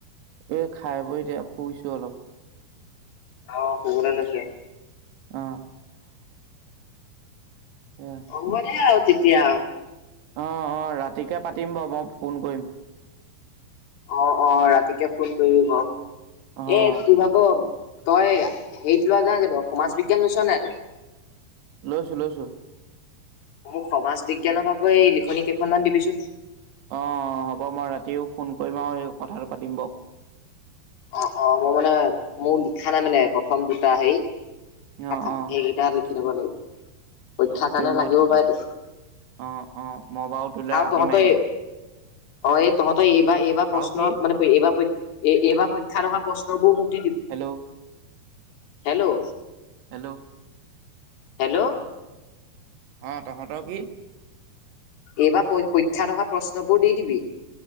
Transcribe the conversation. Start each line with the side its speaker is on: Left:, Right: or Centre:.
Right: এই খাই বৈ এতিয়া শুইছো অলপ।
Left: অঁ শুবলে লৈছো।
Right: অ এয়া
Left: হ'ব দে আৰু। তেতিয়া।
Right: অ অ, ৰাতিকে পাতিম বাৰু মই ফোন কৰিম।
Left: অ অ, ৰাতিকে ফোন কৰিবি বাও।
Right: অ',
Left: এ তোৰ ভাগ। তই হেৰিত লোৱা নাই জানো, সমাজ বিজ্ঞান লৈছ নাই তই?
Right: লৈছো লৈছো।
Left: মোক সমাজ বিজ্ঞানৰ ভাগে এই লিখনি কেইখনমান দিবিচোন।
Right: অ হ'ব মই ৰাতিও ফোন কৰিম আৰু এই কথাটো পাতিম ব।
Left: অ অ, মই মানে মোৰ লিখা নাই মানে প্ৰথম দুটা সেই। থাকা
Right: অ', অ',
Left: এই আৰু। লিখি লব লাগিব। পৰীক্ষাৰ
Right: অকে
Left: কাৰণে
Right: মই
Left: লাগিব
Right: তেতিয়া
Left: পাৰেতো
Right: অ', অ', মই বাৰু তোলে
Left: আৰু
Right: ৰাতি
Left: তহঁতেই
Right: মাৰিম
Left: অ এই তহঁতেই এইবাৰ এইবাৰ প্ৰশ্ন
Right: আৰু কি
Left: মানে এইবাৰী। এ এব প। চাহেত পৰা প্ৰশ্ন বোৰ ম <unintelligible> দি ডিবি।
Right: Hello
Left: hello.
Right: হেল্ল'
Left: হেল্ল'
Right: অ তহঁতও কি।
Left: এইবাৰ পৰীক্ষাত অহা প্ৰশ্নবোৰ দি দিবি।